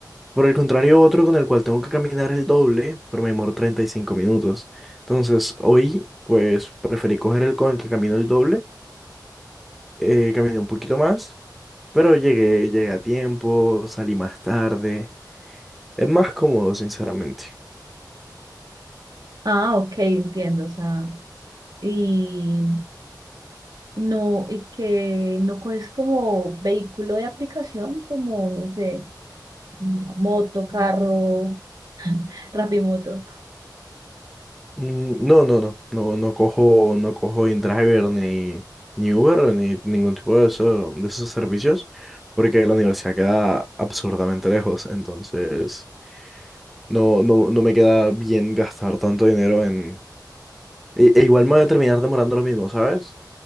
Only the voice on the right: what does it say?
Ah, ok, entiendo, o sea... Y No, y que no es como vehículo de aplicación, como, no sé, moto, carro, Rapimoto.